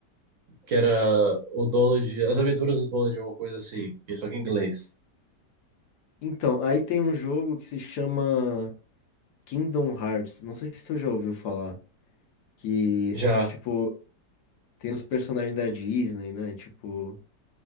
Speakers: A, on the right; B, on the left.
A: que era o Donald, As Aventuras do Donald, alguma coisa assim, e só que em inglês.
B: Então, aí tem um jogo que se chama Kingdom Hearts. Não sei se tu já ouviu falar. Que,
A: Já.
B: tipo, tem os personagens da Disney, né? Tipo,